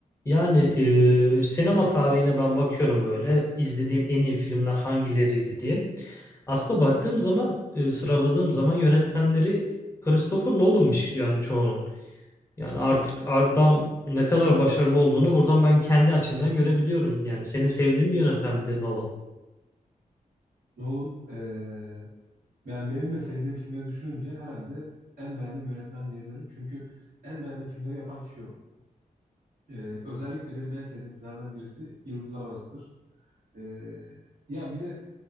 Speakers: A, on the left; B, on the right.
A: Yani e, sinema tarihine ben bakıyorum böyle izlediğim en iyi filmler hangileriydi diye. Aslında baktığım zaman e, sıraladığım zaman yönetmenleri Christopher Nolan'mış yani çoğunun. Yani artık adam ne kadar başarılı olduğunu buradan ben kendi açımdan görebiliyorum. Yani senin sevdiğin bir yönetmen midir Nolan?
B: Nolan, eee yani benim de sevdiğim filmleri düşününce herhalde en beğendiğim yönetmen diyebilirim. Çünkü en beğendiğim filmleri yapan kişi o. Eee, özellikle benim en sevdiğim filmlerden birisi Yıldızlar Arası'dır. Eee, ya bir de